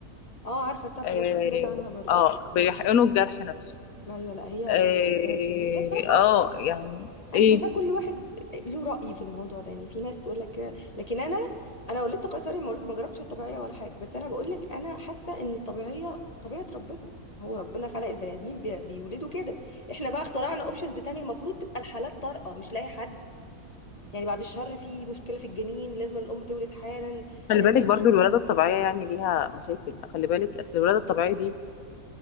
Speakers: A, on the left; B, on the left.
A: اه عارفه التابلوك
B: آه...
A: دي سمعت عنها برضو
B: آه بيحقنوا الجرح نفسه
A: ما ايوه لا هي
B: آه...
A: كان معاها الجهاز دي بس هي بصراحه
B: آه يعني
A: انا
B: إيه
A: شايفاه كل واحد له رأي في الموضوع ده يعني في ناس تقول لك كده لكن انا انا ولدت قيصري ما ولدت ما جربتش الطبيعيه ولا حاجه بس انا بقول لك انا حاسه ان الطبيعيه طبيعه ربنا هو ربنا خلق البني ادمين بي- بيولدوا كده احنا بقى اخترعنا اوبشنز تانية المفروض تبقى الحالات طارئه مش لاقي حد يعني بعد الشر في مشكله في الجنين لازم الام تولد حالا
B: خلي
A: آه،
B: بالك برضو الولادة الطبيعية يعني ليها مشاكل خلي بالك أصل الولادة الطبيعية دي